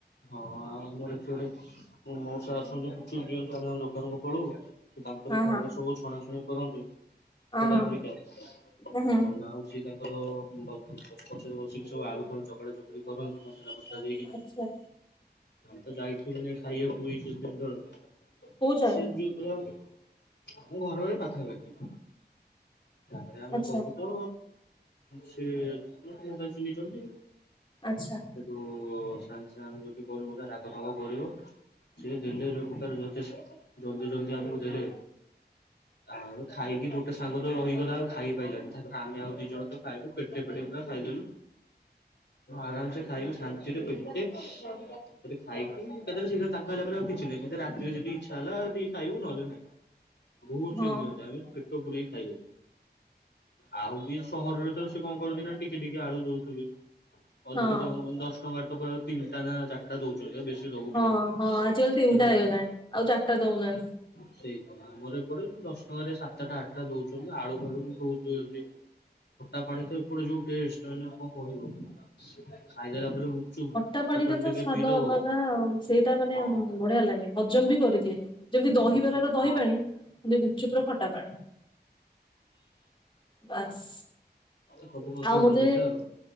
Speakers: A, on the left; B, on the left.
A: ହଁ ଆଉ ଆମର ଏଠି ଗୋଟେ ମଉସା ଅଛନ୍ତି ଗୁପଚୁପ ଦିଅନ୍ତୁ ଆମ ଦୋକାନକୁ ପଳଉ। ତାଙ୍କର
B: ହଁ
A: ଘରେ
B: ହଁ
A: ସବୁ ଛଣାଛଣି କରନ୍ତି ଖୋଲା
B: ହଁ
A: ହେରିକି ଆଉ
B: ହଁ ହୁଁ ହୁଁ
A: ସିଏ ତାଙ୍କର ପଛରେ ବସିକି ସବୁ ଆଳୁ ଫାଳୁ ଚକଟା ଚକଟି କରନ୍ତି ମସଲା ଫସଲା ଦେଇ କିନା।
B: ଆଚ୍ଛା
A: ଆ ତ ଯାଇଥିଲି ମେ ଖାଇବା ବାକୁ ଏଇ କିଛି ଦିନ ତଳେ
B: କୋଉ ଜାଗା
A: ସେ ଯୁ <inaudible> ଆମ ଘର ଏ ପାଖାପାଖୀ। ତାପରେ ଆମେ
B: ଆଚ୍ଛା
A: ଗଲୁ ତ ସେ ଚିହ୍ନିଛନ୍ତି।
B: ଆଚ୍ଛା।
A: କୁ ସାଙ୍ଗେ ସାଙ୍ଗ ଯଦି କରିବ ରାଗ ଫାଗ କରିବ। ସିଏ ଦେଲେ ଯୋଉ ପ୍ରକାର ଜଲଦି ଜଲଦି ଆମକୁ ଦେଲେ। ଆଉ ଖାଇକି ଗୋଟେ ସାଙ୍ଗ ତ ରହିଗଲା ଆଉ ଖାଇ ପାଇଲାନି ତାପରେ ଆମେ ଆଉ ଦି ଜଣ ତ ଖାଇଲୁ ପେଟେ ପେଟେ ପୁରା ଖାଇଦେଲୁ ଆରାମସେ ଖାଇଲୁ ଶାନ୍ତିରେ ପେ ଟେ। ତାପରେ ଖାଇକି ତାପରେ ସିଧା ତାକୁ ଖାଇଲା ପରେ ଆଉ କିଛି ନାଇଁ ରାତିରେ ଯଦି ଇଚ୍ଛା ହେଲା ଟିକେ ଖାଇବୁ ନହେଲେ ନାଇଁ। ବହୁତ
B: ହଁ
A: ଚିରି ଆମେ ପେଟ ପୁୁରେଇକି ଖାଇଲୁ। ଆଉ ବି ସହରରେ ତ ସେ କଣ କରନ୍ତି ନା ଟିକେ ଟିକେ ଆଳୁ ଦଉଥିବେ ଅଧିକ
B: ହଁ
A: ଟଙ୍କା ମାନେ ଦଶ ଟଙ୍କା ଟଙ୍କାର ତିନିଟା ନା ଚା ଟା ଦଉଛନ୍ତି ଆଉ ବେଶୀ ଦଉ
B: ହଁ
A: ବି ନାହାନ୍ତି
B: ହଁ ଆଜିକାଲି
A: ସେମାନେ
B: ତିନିଟା ହେଇଗଲାଣି ଆଉ ଚାରିଟା ଦଉନାହାନ୍ତି।
A: ସେଇ ତ ଆମର ଏପଟେ ଦଶ ଟଙ୍କାରେ ସାତଟା ଆଠଟା ଦଉଛନ୍ତି ଆଳୁ ଫାଳୁ ବି ବହୁତ ଦିଅନ୍ତି। ଖଟା ପାଣି ତ ଏପଟେ ଯୋଉ ଟେଷ୍ଟ ମାନେ ଆଉ କଣ କହିବ ଖାଇଦେଲା ପରେ ଗୁପଚୁପ।
B: ଖଟା ପାଣିରେ
A: ପାଣି
B: ତ
A: ଟିକେ
B: ସ୍ଵାଦ
A: ପିଇଦବ
B: ଅଲଗା ଆଉ ସେଇଟା ମାନେ
A: ହଁ
B: ବଢିଆ ଲାଗେ ହଜମ ବି କରିଦିଏ। ଯେମିତି ଦହିବରାର
A: ସବୁ
B: ଦହି
A: ହଁ
B: ପାଣି, ସେମିତି ଗୁପଚୁପ୍ ର ଖଟା ପାଣି। ପାସ୍।
A: ସବୁ ଅଧିକ
B: ଆଉ ମତେ
A: ଭଲ ଲାଗେ ଆଉ।